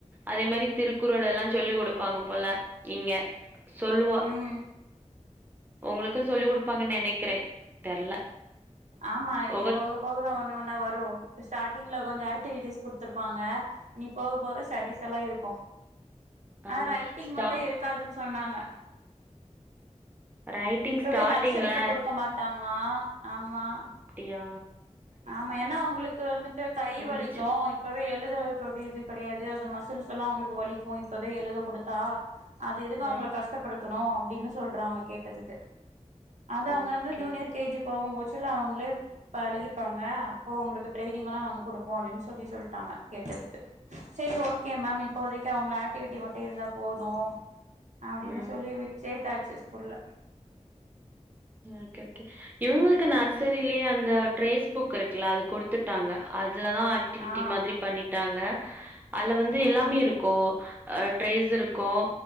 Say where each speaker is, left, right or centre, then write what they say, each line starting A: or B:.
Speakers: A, on the right; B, on the right.
A: அதே மாதிரி திருக்குறள் எல்லாம் சொல்லிக் கொடுப்பாங்க போல இங்க சொல்லுவா
B: ம்
A: உங்களுக்கும் சொல்லி கொடுப்பாங்கன்னு நினைக்கிறேன தெர்ல
B: ஆமா இனி
A: ஒவ்வொரு
B: போக போகதான் ஒண்ணு ஒன்னா வரும் இப்போஸ்டார்டிங்க்ல கொஞ்சம் ஆக்டிவிட்டிஸ் கொடுத்துருப்பாங்க இனி போக போக ஸ்டடிஸ் எல்லாம் இருக்கும்
A: ஆமா
B: ஆ ரைட்டிங்
A: ஸ்டா
B: மட்டும் இருக்காதுன்னு சொன்னாங்க
A: ரைட்டிங்
B: இப்பவே
A: ஸ்டார்ட்டிங்ல
B: நர்சரிக்கு கொடுக்க மாட்டாங்களா ஆமா
A: ப்டியா
B: ஆமா ஏன்னா உங்களுக்கு வந்துட்டு கை
A: இருந்துச்சு
B: வலிக்கும் இப்பவே எழுதக்கடிய இது கிடையாது அது மச ல்லாம் அவங்களுக்கு வலிக்கும் இப்பவே எழுத கொடுத்தா அது எதுக்கு அவங்களை
A: ஆ
B: கஷ்டப்படுத்த ும் அப்படின்னு சொல்றாங்க கேட்டதுக்கு அது அவங்க
A: ஓகே
B: வந்து ஜூனியர் கேஜி போகும் போச்சுல்ல அவங்களே பழகி ப்பாங்க அப்போ உங்களுக்கு ட்ெயனிங் எல்லாம் நாங்க கொடுப்போம் அப்படின்னு சொல்லி சொல்லிட்டாங்க கேட்டதுக்கு சரி ஓகே மேம் இப்போதைக்கு அவங்க ஆக்டிவிட்டி மட்டும் இருந்தா போதும் அப்படின்னு
A: ம்
B: சொல்லி விச்சேட்டாச்சு ஸ்கூல்ல
A: ஓகே ஓகே இவங்களுக்கு நர்சரிலயே அந்த ட்ரேடஸ் புக் இருக்குல்ல அது குடுத்துட்டாங்க அதல தான் ஆக்டிவிட்டி
B: ஆ
A: மாதிரி பண்ணிட்டாங்க அதுல வந்து எல்லாமே
B: ம்
A: இருக்கும் ட்ரேஸ் இருக்கும்